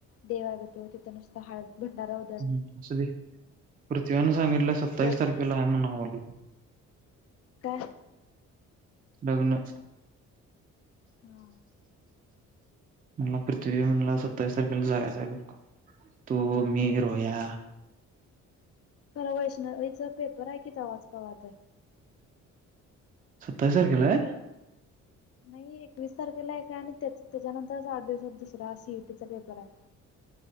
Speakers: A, on the left (about 50°); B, on the right (about 30°).
A: देवावेत तिथं नुसतं हळदी भंडारा हो
B: ह् असं पृथ्वीनं सांगितलं सत्तावीस
A: तिथं
B: तारखेला आहे म्हनुन आमला
A: काय
B: लग्न
A: हा
B: मला पृथ्वी म्हणला सत्तावीस तारखेला जायचं आहे बघ. तू मी रोया
A: खरं वैष्णवी च पेपर आहे कि तवाच वाटत
B: सत्तावीस तारखेला आहे.
A: नाही एकवीस तारखेला एक काय आणि त्याच त्याच्यानंतर आठ दिवसात दुसरा सीईटीचा पेपर आहे.